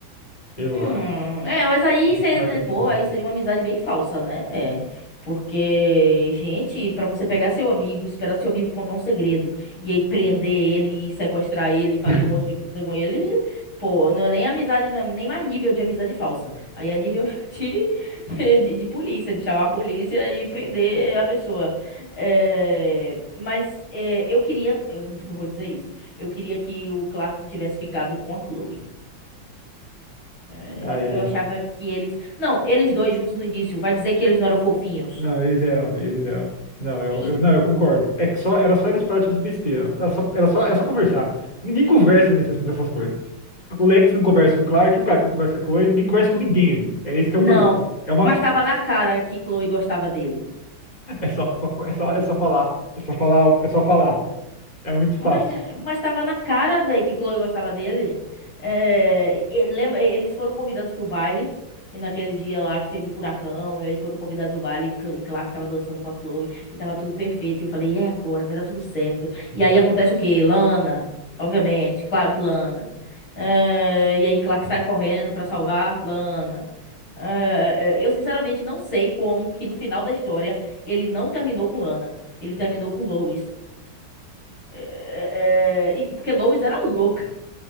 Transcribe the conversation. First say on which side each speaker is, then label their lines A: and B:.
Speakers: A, on the left (about 20°); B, on the left (about 80°).
A: Eu,
B: Hum, é, mas aí
A: existe
B: seria,
A: um argumento
B: pô, aí
A: aí.
B: seria uma amizade bem falsa, né? É. Porque, gente, pra você pegar seu amigo, esperar seu amigo contar um segredo e aí prender ele, e sequestrar ele, e fazer
A: <laughs>
B: um monte de coisa com ele, pô, não é nem amizade, não é nem mais nível de amizade falsa. Aí é nível <laughs> de, de, de polícia, de chamar a polícia e prender a pessoa. É, mas é, eu queria, eu vou dizer isso, eu queria que o Clark tivesse ficado com a Chloe. É,
A: Ai,
B: eu
A: ai.
B: achava que eles. Não, eles dois juntos no início. Vai dizer que eles não eram fofinhos.
A: Não, eles eram, eles eram. Não, eu,
B: E-
A: eu, não, eu concordo. É que só, era só eles pararem de fazer besteira. Era só, era só, era só conversar. Ninguém conversa nessas, nessas coisas. O Lex não conversa com o Clark, o Clark não conversa com a Chloe, ninguém conversa com ninguém ali. É esse que
B: Não.
A: é o problema. É uma,
B: Mas tava na cara que Chloe gostava dele.
A: É só, é só, é só falar. É só falar, é só falar. É muito
B: Mas,
A: fácil.
B: mas tava na cara, velho, que Chloe gostava dele. É, e- e- lembra, e- eles foram convidados pro baile. E naquele dia lá que teve o furacão, e aí foram convidados pro baile, e Cl- e Clark tava dançando com a Chloe, e tava tudo perfeito. E eu falei, é agora, vai dar tudo certo.
A: Uhum.
B: E aí acontece o quê? Lana, obviamente, claro que Lana. É, e aí Clark sai correndo pra salvar Lana. É, é, eu sinceramente não sei como que no final da história ele não terminou com Lana, ele terminou com Lois. É, é, e- porque Lois era louca.